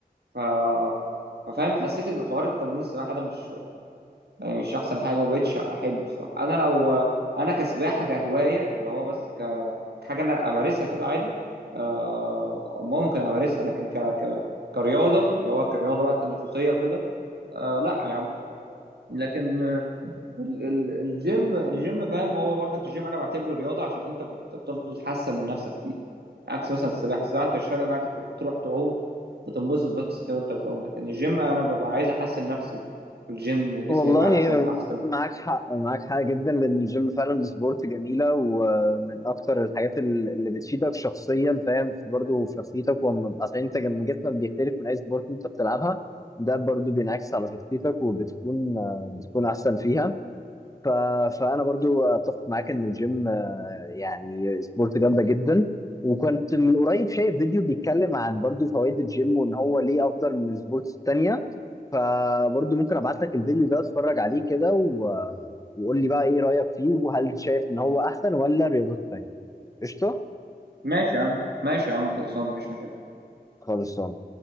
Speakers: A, on the right; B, on the left.
A: ف ففاهم حسيت ان حوار التمرين السباحه ده مش يعني مش احسن حاجه ومبقتش احبه الصراحه انا لو انا كسباحه كهوايه اللي هو بس ك- كحاجه انا امارسها كده عادي آه، ممكن امارسها لكن ك... ك... كرياضه اللي هو كرياضه بقى تنافسيه وكده آه لا يا عم لكن آه، ال... ال... الجيم الجيم فاهم هو برضك الجيم انا بعتبره رياضه عشان انت بت- بتفضل تحسن من نفسك فيه عكس مثلا السباحه السباحه انت مش فارق معاك انت بتروح تعوم بتنبسط بس كده وانت بتعوم لكن الجيم انا ببقى عايز احسن نفسي في الجيم وجسمي
B: والله
A: يبقى احسن واحسن
B: معاك حق معاك حق جدا لان الجيم فعلا سبورت جميله ومن اكتر الحاجات ال- اللي بتفيدك شخصيا فاهم برضه في شخصيتك وأما- اصل انت لما جسمك بيختلف من اي سبورت انت بتلعبها ده برضه بينعكس على شخصيتك وبتكون آه، بتكون احسن فيها ف... فانا برضو اتفق معاك ان الجيم آه، يعني سبورت جامده جدا وكنت من قريب شايف فيديو بيتكلم عن برضو فوائد الجيم وان هو ليه افضل من السبورتس التانية فبرضو ممكن ابعت لك الفيديو ده اتفرج عليه كده و... وقول لي بقى ايه رايك فيه وهل شايف ان هو احسن ولا الرياضات التانية قشطه
A: ماشي يا عم ماشي يا عم خلصانه مفيش مشاكل
B: خلصان